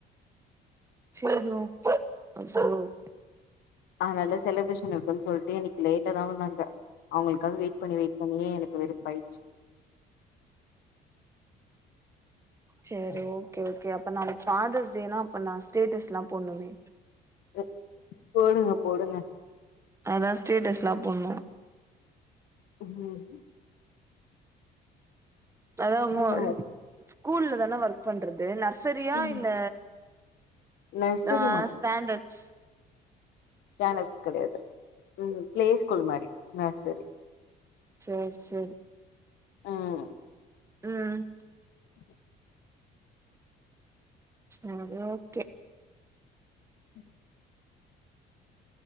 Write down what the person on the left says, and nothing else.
அதனால செலிப்ரேஷன் இருக்குன்னு சொல்ட்டு இன்னக்கி லேட்டாதா வந்தாங்க அவங்களுக்காக வெயிட் பண்ணி வெயிட் பண்ணியே எனக்கு வெறுப்பாயிடுச்சு
அ போடுங்க போடுங்க
ம்
இந்தாங்க
ம்
நர்சரி
க்ரானைட்ஸ் கெடையாது ம் பிளே ஸ்கூல் மாரி நர்சரி
ம்
உஹ <inaudible>
ம்